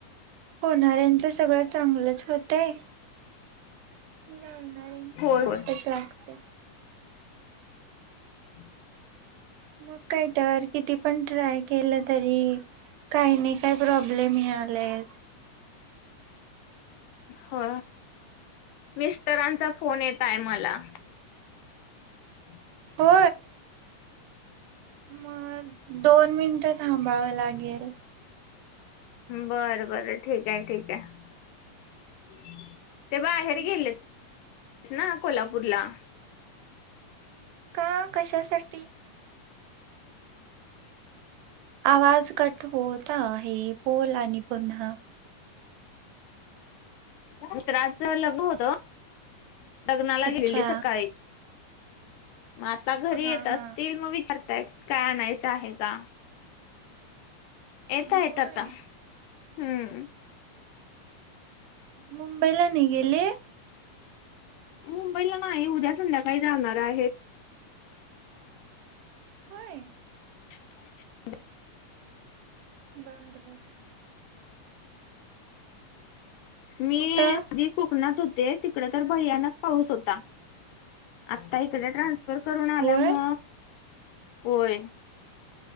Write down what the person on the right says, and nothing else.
होणाऱ्यांचं सगळं चांगलंच होतंय लावणाऱ्यांची
वाटच
लागत्या.
मग काय तर किती पण ट्राय केलं? तरी काही नाही काही प्रॉब्लेम मि आलाय.
हो मग दोन मिनट थांबाव लाग गल-
मग
का कशासाठी? आवाज कट होत आहे बोल आणि पुन्हा
अच्छा
हा
हा
होय
मुंबईला नाही गेले?
होय!
बर बर!
कुठं
होय